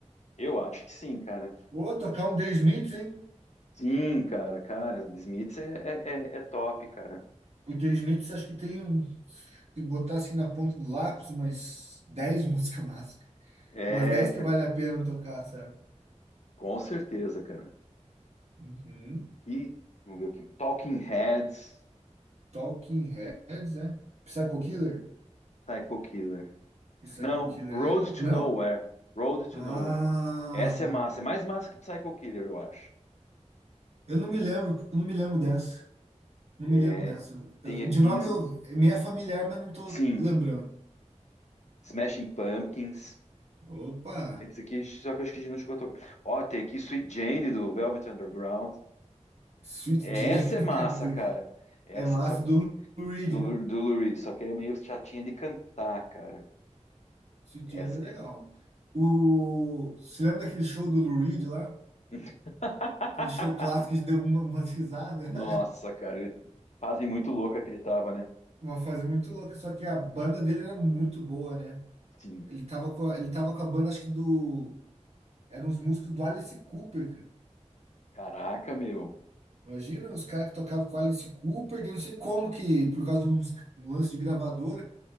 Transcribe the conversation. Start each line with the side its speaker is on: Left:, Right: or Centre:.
Left: Eu acho que sim, cara.
Right: Ou tocar um The Smiths, hein?
Left: Sim, cara, cara. The Smiths é, é, é é top, cara.
Right: O The Smiths, acho que tem um. Se botar assim na ponta do lápis, umas 10 <laughs> músicas massa.
Left: É,
Right: Umas 10
Left: cara,
Right: que vale a pena tocar, sabe?
Left: com certeza, cara.
Right: Uhum.
Left: E, vamos ver aqui. Talking Heads,
Right: Talking Heads, é? Psycho Killer?
Left: Psycho Killer.
Right: Psycho
Left: Não,
Right: Killer
Left: Road
Right: é legal.
Left: to
Right: Não?
Left: Nowhere. Road to
Right: Ah,
Left: Nowhere. Essa é massa, é mais massa que Psycho Killer, eu acho.
Right: eu não me lembro, eu não me lembro dessa. Não
Left: É,
Right: me lembro dessa. Eu-
Left: tem aqui,
Right: de nome eu, me é familiar, mas não tô
Left: sim,
Right: lembrando.
Left: Smashing Pumpkins.
Right: Opa!
Left: Tem Esse aqui, só que eu acho que a gente não chegou a tocar. Ó, tem aqui Sweet Jane do Velvet Underground.
Right: Sweet
Left: É,
Right: Jane
Left: Essa é massa,
Right: <laughs> é, do-
Left: cara. Essa,
Right: é massa
Left: só que-
Right: do Lou Reed,
Left: do, Lu-
Right: né?
Left: do Lou Reed, só que é meio chatinha de cantar, cara.
Right: Sweet
Left: Essa
Right: Jane é legal.
Left: é.
Right: O, você lembra daquele show do Lou Reed lá?
Left: <laughs>
Right: Aquele show clássico que a gente deu uma, umas risadas.
Left: Nossa,
Right: <laughs>
Left: cara, ele... fase muito louca que ele tava, né?
Right: Uma fase muito louca, só que a banda dele era muito boa, né?
Left: Sim.
Right: Ele tava com a, ele tava com a banda, acho que do. Eram uns músicos do Alice Cooper,
Left: Caraca, meu.
Right: Imagina os caras que tocavam com Alice Cooper, daí não sei como que, por causa de uns- um lance de gravadora,